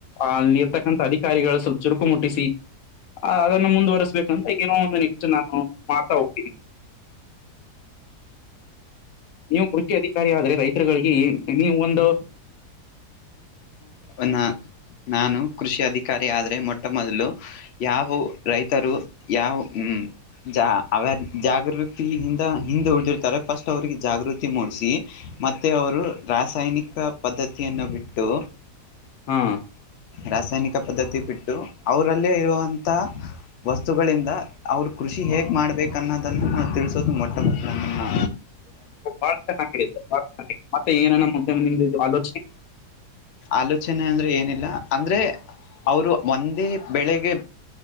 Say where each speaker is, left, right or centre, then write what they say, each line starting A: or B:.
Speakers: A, on the left (about 65°); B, on the left (about 85°).
A: ಅಲ್ಲಿ ಇರ್ತಕ್ಕಂಥ ಅಧಿಕಾರಿಗಳು ಸ್ವಲ್ಪ ಚುರುಕು ಮುಟ್ಟಿಸಿ ಅದನ್ನ ಮುಂದುವರಿಸಸ್ಬೇಕು ಅಂತ ಏನೋ ಒಂದು ನೆಕ್ಸ್ಟ್ ನಾನು ಮಾಡ್ತಾ ಹೋಗ್ತೀನಿ ನೀವು ಕೃಷಿ ಅಧಿಕಾರಿ ಆದ್ರೆ ರೈತರುಗಳಿಗೆ ನೀವು ಒಂದು
B: ನ ನಾನು ಕೃಷಿ ಅಧಿಕಾರಿ ಆದ್ರೆ ಮೊಟ್ಟ ಮೊದಲು ಯಾವ ರೈತರು ಯಾವ ಹ್ಮ ಜ ಅವರ್ ಜಾಗೃತಿಿಯಿಂದ ಹಿಂದೆ ಉಳ್ದಿರ್ತಾರೆ ಫಸ್ಟ್ ಅವ್ರಿಗೆ ಜಾಗೃತಿ ಮೂಡಿಸಿ ಮತ್ತೆ ಅವರು ರಾಸಾಯನಿಕ ಪದ್ಧತಿಯನ್ನು ಬಿಟ್ಟು
A: ಹಾ
B: ರಾಸಾಯನಿಕ ಪದ್ಧತಿ ಬಿಟ್ಟು ಅವರಲ್ಲೇ ಇರುವಂತ ವಸ್ತುಗಳಿಂದ ಅವ್ರ ಕೃಷಿ ಹೇಗ ಮಾಡ್ಬೇಕು ಅನ್ನೋದನ್ನು ತಿಳಿಸೋದು ಮೊಟ್ಟ ಮೊದಲನ್ನಾ
A: ಬಾಳ ಚೆನ್ನಾಗಿದೆ ಸರ್ ಬಾಳ ಚೆನ್ನಾಗಿದೆ ಮತ್ತ ಮತ್ತೆ ಏನಣ ಮತ್ತೆ ಮುಂದೆ ನಿಮ್ದದು ಆಲೋಚನೆ
B: ಆಲೋಚನೆ ಅಂದ್ರೆ ಏನಿಲ್ಲ ಅಂದ್ರೆ ಅವರು ಒಂದೇ ಬೆಳಗೆ